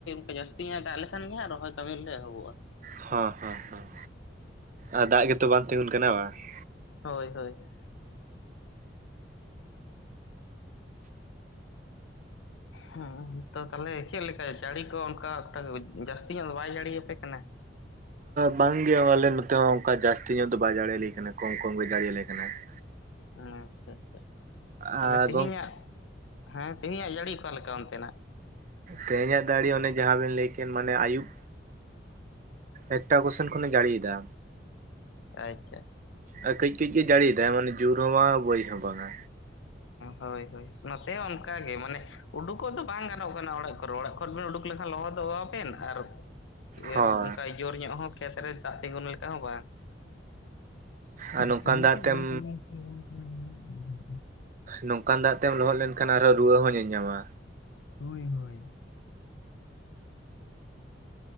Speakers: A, on the left; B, on the right.
A: ᱚᱱ ᱡᱟᱹᱥᱛᱤ ᱧᱚᱜ ᱫᱟᱜ ᱞᱮᱠᱷᱟᱱ ᱜᱮ ᱦᱟᱸᱜ ᱨᱚᱦᱚᱭ ᱠᱟᱹᱢᱤ ᱞᱮ ᱮᱦᱚᱵᱚᱜᱼᱟ ᱾
B: ᱦᱮᱸ ᱦᱮᱸ, ᱦᱮᱸ ᱟᱨ ᱫᱟᱜ ᱜᱮᱛᱚ ᱵᱟᱝ ᱛᱤᱜᱩᱱ ᱠᱟᱱᱟ, ᱵᱟᱝ ᱾
A: ᱦᱳᱭ ᱦᱳᱭ ᱾ ᱦᱮᱸ, ᱛᱚ ᱛᱟᱦᱚᱞᱮ ᱪᱮᱫ ᱞᱮᱠᱟ ᱡᱟᱹᱲᱤ ᱠᱚ ᱚᱱᱠᱟ ᱡᱟᱹᱥᱛᱤ ᱧᱚᱜ ᱫᱚ ᱵᱟᱭ ᱡᱟᱹᱲᱤᱭᱟ ᱟᱯᱮ ᱠᱟᱱᱟ?
B: ᱵᱟᱝᱜᱮ ᱟᱞᱮ ᱱᱚᱛᱮ ᱦᱚᱸ ᱚᱱᱠᱟ ᱡᱟᱹᱥᱛᱤ ᱧᱚᱜ ᱫᱚ ᱵᱟᱭ ᱡᱟᱲᱤᱭᱟᱞᱮ ᱠᱟᱱᱟ ᱠᱚᱢ ᱠᱚᱢ ᱜᱮ ᱡᱟᱲᱤᱭᱟᱞᱮ ᱠᱟᱱᱟᱭ ᱾
A: ᱟᱪᱪᱷᱟ ᱟᱪᱪᱷᱟ ᱛᱟᱦᱚᱞᱮ
B: ᱟᱨ
A: ᱛᱦᱮᱧᱟᱜ
B: ᱜᱚᱝᱠᱮ
A: ᱦᱮᱸ ᱛᱮᱦᱮᱧᱟᱜ ᱡᱟᱹᱲᱤ ᱚᱠᱟᱞᱮᱠᱟ ᱚᱱᱛᱮᱱᱟᱜ
B: ᱛᱮᱦᱮᱧᱟᱜ ᱫᱟᱲᱤ ᱚᱱᱮ ᱡᱟᱦᱟᱸ ᱵᱤᱱ ᱞᱟᱹᱭ ᱠᱮᱫ ᱢᱟᱱᱮ ᱟᱹᱭᱩᱵ ᱮᱠᱴᱟ ᱠᱚ ᱥᱮᱱ ᱠᱷᱚᱱᱮ ᱡᱟᱹᱲᱤ ᱭᱮᱫᱟ
A: ᱟᱪᱪᱷᱟ
B: ᱟᱨ ᱠᱟᱹᱡ ᱠᱟᱹᱡ ᱜᱮᱭ ᱡᱟᱹᱲᱤ ᱮᱫᱟᱭ ᱢᱟᱱᱮ ᱡᱩᱨ ᱦᱚᱸ ᱵᱟᱝ ᱵᱟᱹᱭ ᱦᱚᱸ ᱵᱟᱝᱟ
A: ᱚ ᱦᱳᱭ ᱦᱳᱭ ᱱᱚᱛᱮ ᱚᱱᱠᱟᱜ ᱜᱮ ᱢᱟᱱᱮ ᱩᱰᱩᱠᱚᱜ ᱫᱚ ᱵᱟᱝ ᱜᱟᱱᱚᱜ ᱠᱟᱱᱟ ᱚᱲᱟᱜ ᱠᱚᱨᱮ ᱚᱲᱟᱜ ᱠᱷᱚᱱ ᱵᱮᱱ ᱩᱰᱩᱠ ᱞᱮᱱᱠᱷᱟᱱ ᱞᱚᱦᱚᱫᱚᱜ ᱟᱵᱮᱱ ᱟᱨ <unintelligible>
B: ᱦᱳᱭ
A: ᱚᱱᱠᱟ ᱡᱳᱨ ᱧᱚᱜ ᱦᱚᱸ ᱠᱷᱮᱛᱨᱮ ᱫᱟᱜ ᱛᱤᱸᱜᱩᱩᱱ ᱞᱮᱠᱟ ᱦᱚᱸ ᱵᱟᱝ <unintelligible>
B: ᱟᱨ ᱱᱚᱝᱠᱟᱱ
A: ᱠᱟᱹᱢᱤ
B: ᱫᱟᱜ
A: ᱛᱮᱫ
B: ᱛᱮᱢ
A: ᱵᱟᱭ ᱠᱟᱹᱢᱤ ᱦᱚᱪᱚᱣᱟ ᱵᱚᱱ ᱠᱟᱱᱟ ᱡᱟᱦᱟᱱᱟᱜ
B: ᱱᱚᱝᱠᱟᱱ ᱫᱟᱜ ᱛᱮᱢ ᱞᱚᱦᱚᱫ ᱞᱮᱱᱠᱷᱟᱱ ᱟᱨᱦᱚᱸ ᱨᱩᱣᱟᱹ ᱦᱚᱸ ᱧᱟᱧᱟᱢᱟ
A: ᱦᱳᱭ ᱦᱳᱭ